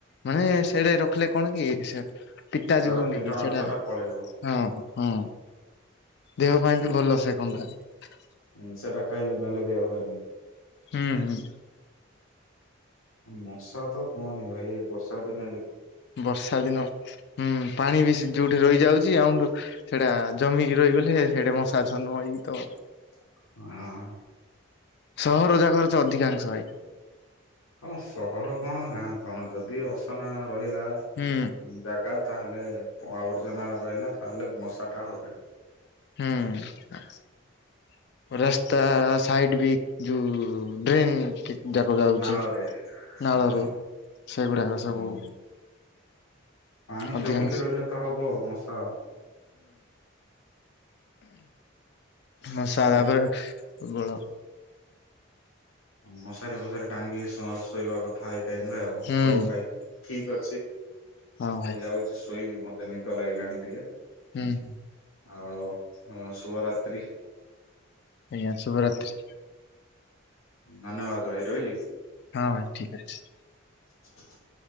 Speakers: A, on the left; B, on the left.
A: ମାନେ
B: ହୁଁ ହୁଁ
A: ସେଇଟା ରଖିଲେ କଣ କି ସେ ପିତାଜୀ
B: ତାର
A: ହଉନି
B: ପିତା
A: କି
B: ଅଂଶ
A: ସେଟା
B: ଟା ପଳେଇବ।
A: ହଁ ହଁ ଦେହ ପାଇଁ ବି ଭଲ ସେ କନ୍ଦା ।
B: ହଁ ସେଟା ଖାଇଲେ ମ୍ୟାଲେରିଆ ହୁଏନି
A: ହୁଁ ହୁଁ
B: ମଶା ତ କହନି ଭାଇ ବର୍ଷା ଦିନ
A: ବର୍ଷା ଦିନ ହୁଁ ପାଣି ବି ଯୋଉଠି ରହିଯାଉଛି ଆଉଠୁ ସେଟା ଜମିକି ରହିଗଲେ ସେଟ ମଶା ନୁହଇକି ତ
B: ହଁ
A: ସହର ଜାଗର ତ ଅଧିକାଂଶ ଭାଇ
B: ହଁ ସହର କଣ ଗାଁ କଣ ଯଦି ଅସନା ରହିଲା
A: ହୁଁ
B: ଜାଗା ତାହେଲେ ଆବର୍ଜନା ରହିଲା ତାହଲେ ମଶା ଟା ହବ
A: ହୁଁ ରାସ୍ତା ସାଇଡ ବି ଯୋଉ ଡ୍ରେନ୍ ଯାକ ଯାଉଛି
B: ନାଳରେ ହଁ।
A: ନାଳରେ ସେଗୁଡାକ
B: ହୁଁ
A: ସବୁ
B: ପାଣି
A: ଅଧିକାଂଶ
B: ଜମିକି ରହିଲେ ତ ହବ ମଶା
A: ମଶଲା
B: ହଉ
A: ପରେରେ ସବଳ <unintelligible>
B: ମଶାରୀ ଫସାରି ଟାଙ୍ଗିକି ଶୋଇବା କଥା ଏଇ ଟାଇମରେ ଆଉ
A: ହୁଁ।
B: ହଉ ଭାଇ ଠିକ ଅଛି ମୁଁ
A: ହଁ ଭାଇ।
B: ବି ଯାଉଛି ଶୋଇବି, ମତେ ନିଦ ଲାଗିଲାଣି ଟିକେ
A: ହୁଁ ହଁ
B: ଆଉ ହ ଶୁଭରାତ୍ରି
A: ଆଜ୍ଞା ଶୁଭ ରାତ୍ରି।
B: ଧନ୍ୟବାଦ ଭାଇ ରହିଲି।
A: ହଁ ଭାଇ ଠିକ ଅଛି ।
B: ହ <inaudible>